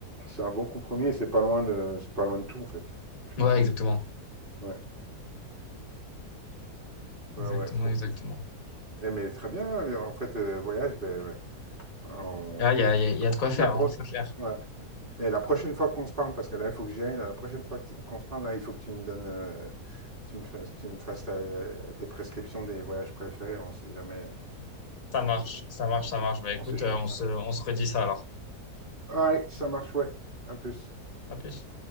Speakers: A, on the right; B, on the left.
A: C'est un bon compromis et c'est pas loin de, c'est pas loin de tout en fait, finalement.
B: euh. Ouais, exactement.
A: Ouais, ouais,
B: Exactement,
A: ouais, trop
B: exactement.
A: cool. Eh mais très bien. euh, En fait, euh, voyage, ben, ouais. On-
B: Ah, il y a, il y a, il y a de quoi faire,
A: la pro-
B: hein, c'est clair.
A: ouais. Et la prochaine fois qu'on se parle, parce que là, il faut que j'y aille. là, la prochaine fois qui- qu'on se parle, là, il faut que tu me donnes, euh, tu me fasses, tu me fasses ta- tes prescriptions des voyages préférés. là, on sait jamais. euh,
B: Ça marche,
A: je-
B: ça marche,
A: on
B: ça
A: s'éch-
B: marche. Bah écoute,
A: on s'échange
B: euh, on se,
A: ça.
B: on se redit ça alors.
A: Alright, ça marche, ouais. À plus.
B: À plus.